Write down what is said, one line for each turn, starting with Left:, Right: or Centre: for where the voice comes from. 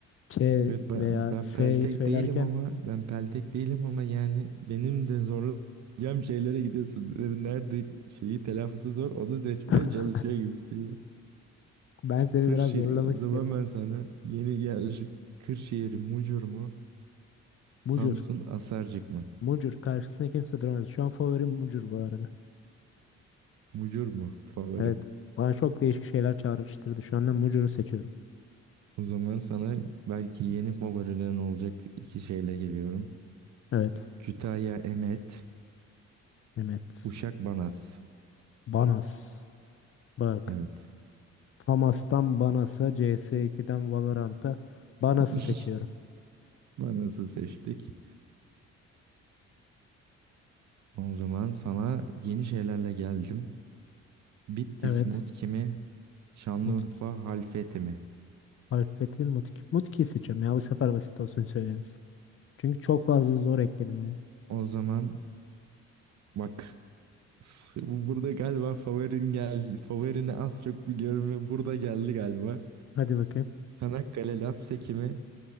Left: Ç
Right: Evet ben,
Left: veya
Right: ben
Left: S'yi
Right: peltek
Left: söylerken
Right: değilim ama ben peltek değilim ama yani benim de zorlayacağım şeylere gidiyorsun. Nerede şeyi telaffuzu zor onu seçmeye
Left: <laughs>
Right: çalışıyor gibisin ya.
Left: ben seni
Right: Kırşehir
Left: biraz zorlamak
Right: o zaman
Left: istiyorum.
Right: ben sana yeni geldi. Kırşehir Mucur mu?
Left: Mucur.
Right: Samsun Asarcık mı?
Left: Mucur. Karşısına kimse duramaz. Şu an favorim Mucur bu arada.
Right: Mucur mu favorin?
Left: Evet. Bana çok değişik şeyler çağrıştırdı. Şu anda Mucur'u seçiyorum.
Right: O zaman sana belki yeni favorilerin olacak iki şeyle geliyorum.
Left: Evet.
Right: Kütahya Emet,
Left: Mehmet.
Right: Uşak Banas.
Left: Banas. Bak.
Right: Evet.
Left: Famas'tan Banas'a, CS2'den Valorant'a Banas'ı
Right: <laughs>
Left: seçiyorum.
Right: Banas'ı seçtik. O zaman sana yeni şeylerle geldim. Bitlis
Left: Evet.
Right: Mutki mi? Şanlıurfa
Left: Mutki.
Right: Halfeti mi?
Left: Alfet'in Mutki. Mutki'yi seçiyorum ya. Bu sefer basit olsun söyleniz. Çünkü çok fazla zor ekledim ya.
Right: O zaman bak s- burada galiba favorin geldi. Favorini az çok biliyorum ve burada geldi galiba.
Left: Hadi bakayım.
Right: Çanakkale Lapseki mi?